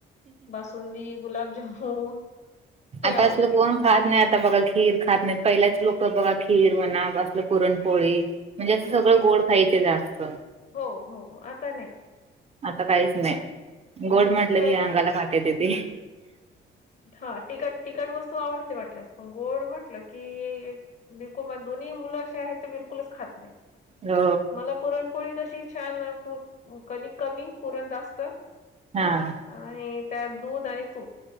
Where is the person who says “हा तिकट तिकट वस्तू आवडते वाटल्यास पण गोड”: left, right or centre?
Left